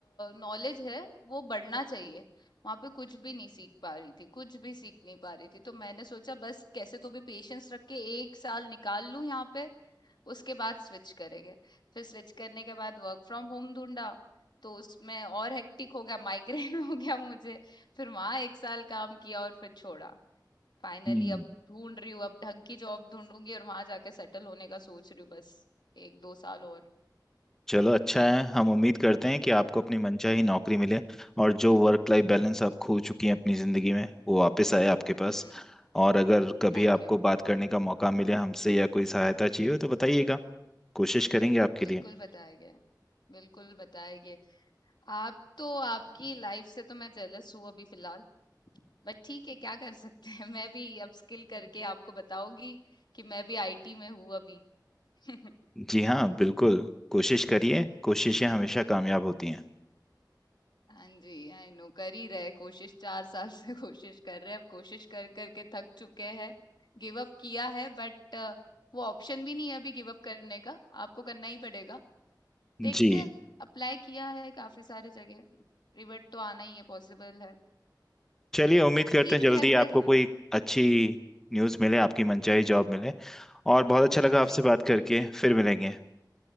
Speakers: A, on the left (about 70°); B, in the centre.
A: नॉलेज है वो बढ़ना चाहिए वहां पे कुछ भी नहीं सीख पा रही थी कुछ भी सीख नहीं पा रही थी तो मैंने सोचा बस कैसे तो भी पेशेंस रख के एक साल निकाल लूं यहाँ पे उसके बाद स्विच करेंगे फिर स्विच करने के बाद वर्क फ्रॉम होम ढूंढा तो उसमें और हेक्टिक हो गया माइग्रेन <laughs> हो गया मुझे फिर वहां एक साल काम किया और फिर छोड़ा फाइनली
B: हम्म
A: अब ढूंढ रही हूँ अब ढंग की जॉब ढूंढूंगी और वहां जाके सेटल होने का सोच रही हूँ बस एक दो साल और
B: चलो अच्छा है हम उम्मीद करते हैं कि आपको अपनी मनचाही नौकरी मिले और जो वर्क लाइफ बैलेंस आप खो चुकी हैं अपनी ज़िंदगी में वो वापस आए आपके पास
A: हम्म
B: और अगर कभी
A: Thank
B: आपको
A: you
B: बात करने का मौका मिले हमसे या कोई सहायता चाहिए हो तो बताइएगा कोशिश करेंगे आपके
A: बिल्कुल
B: लिए
A: बताएंगे बिल्कुल बताएंगे आप तो आपकी लाइफ से तो मैं जेलस हूँ अभी फिलहाल बट ठीक है क्या कर सकते हैं <laughs> मैं भी अपस्किल करके आपको बताऊंगी कि मैं भी आईटी में हूँ अभी <laughs>
B: जी हाँ बिल्कुल कोशिश करिए कोशिशें हमेशा कामयाब होती हैं
A: हाँ जी आई नो कर ही रहे कोशिश चार साल से <laughs> कोशिश कर रहे हैं अब कोशिश कर करके थक चुके हैं गिव अप किया है बट वो ऑप्शन भी नहीं है अभी गिव अप करने का आपको करना ही पड़ेगा देखते
B: जी
A: हैं अप्लाई किया है काफी सारी जगह रिवर्ट तो आना ही है पॉसिबल है
B: चलिए उम्मीद करते
A: ठीक
B: हैं जल्दी
A: है फिर
B: आपको कोई अच्छी न्यूज़ मिले आपकी मनचाही जॉब मिले और बहुत अच्छा लगा आपसे
A: जी
B: बात करके फिर मिलेंगे